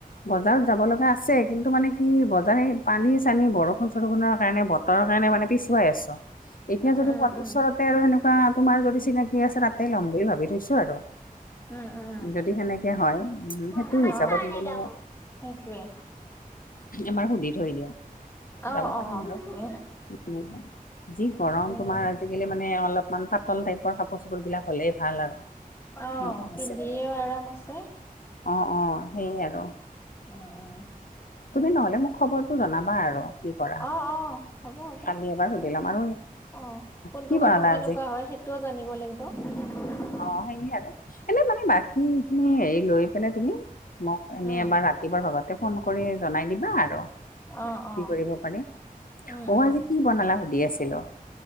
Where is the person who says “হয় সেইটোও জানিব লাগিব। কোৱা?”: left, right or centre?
Left